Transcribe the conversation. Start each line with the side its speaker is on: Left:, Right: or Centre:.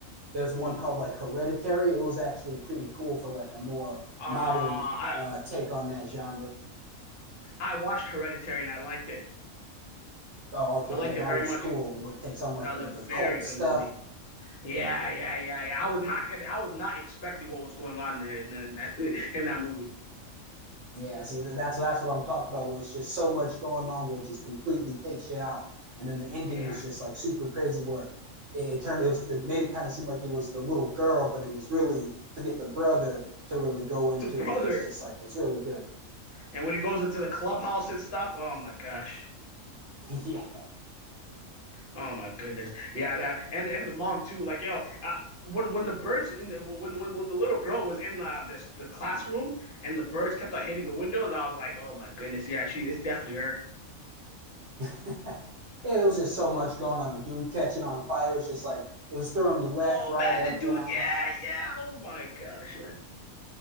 Right: there's
Left: hmm
Right: one
Left: Uh,
Right: called like Hereditary. It was actually pretty cool for like a more
Left: I
Right: modern uh, take on that genre.
Left: I watched Hereditary and I liked it.
Right: Oh, okay,
Left: I liked
Right: yeah, that
Left: it very
Right: one's
Left: much.
Right: cool. Where it takes on like
Left: That was
Right: the
Left: a
Right: the
Left: very
Right: cult
Left: good
Right: stuff.
Left: movie. Yeah, yeah, yeah, yeah. I was not gonna. I was not expecting what was going on there in, in that <laughs> in that movie.
Right: Yeah, see, that's that's what I'm talking about. Where it's just so much going on, where it just completely takes you out. And then the ending
Left: Yeah,
Right: was just like super crazy, where it, it turned it was it made it kind of seem like it was the little girl, but it was really to get the brother to really go into
Left: it's a brother,
Right: it. It's just like it's really good.
Left: and when he goes into the clubhouse and stuff, oh my gosh.
Right: <laughs> yeah,
Left: Oh my goodness. Yeah, that and and the mom too. Like yo, uh, when when the birds in the when when when the little girl was in the this the classroom and the birds kept on hitting the windows, I was like, oh my goodness, yeah, she it's definitely her.
Right: <laughs> it was just so much going on. The dude catching on fire It's just like it was throwing you left,
Left: Oh
Right: right,
Left: man,
Right: up,
Left: the dude,
Right: down.
Left: yeah, yeah. Oh my gosh, man.